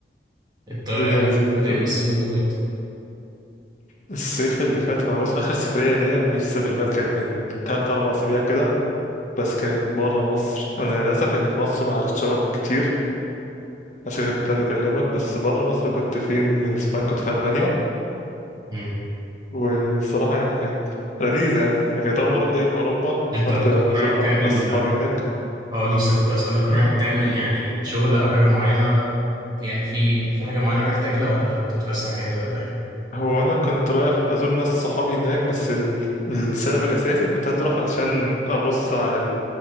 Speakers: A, on the right (about 25°); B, on the left (about 45°).
A: انت إيه
B: الدنيا لذيذة
A: كنت فين
B: كده
A: الصيف اللي فات؟
B: الصيف اللي فات انا بص اخر سفرية ليا ما كانتش الصيف اللي فات كانت من 3 4 اسابيع كده بس كانت بره مصر انا للاسف يعني في مصر ما عرفتش اروح كتير عشان كده كنت عايز اكلمك بس بره مصر كنت فين من اسبانيا كنت في المانيا
A: مم.
B: والصراحه يعني كانت لذيذه يعني يعني كانت اول مره ليا في اوروبا
A: انت
B: رحت
A: كنت
B: ازور
A: رايح
B: حبه
A: تعمل
B: ناس صحابي هناك
A: اه لسه كنت اسالك
B: م.
A: رايح تعمل يعني شغل او حاجه معينه يعني في في حاجه معينه رايح تعملها ولا بتتفسح يعني ولا ايه
B: هو انا كنت رايح ازور ناس صحابي هناك بس ال- السبب الاساسي كنت عايز اروح علشان ابص على